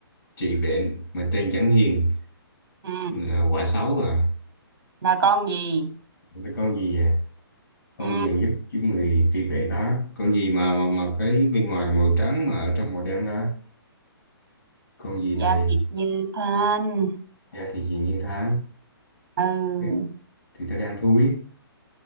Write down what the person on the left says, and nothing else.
trị bệnh mà trên chẳng hiền
là quả xấu à.
Cái con gì vậy? con
gì mà giúp giúp người tri viện đó con gì mà mà mà cái bên ngoài màu trắng mà ở trong màu đen đó con gì thầy
da thì gì như thế
thì, thì nó đang thui